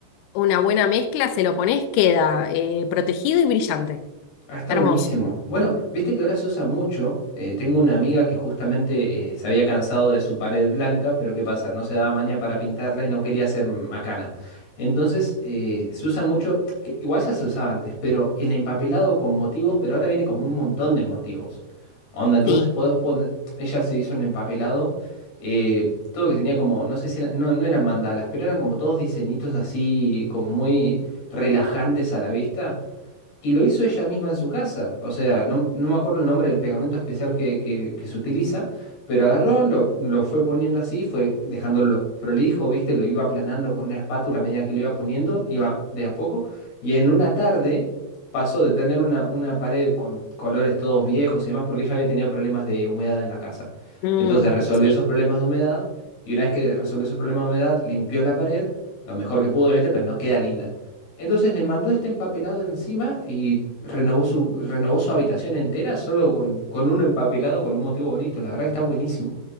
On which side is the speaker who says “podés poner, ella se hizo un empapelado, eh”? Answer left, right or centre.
Left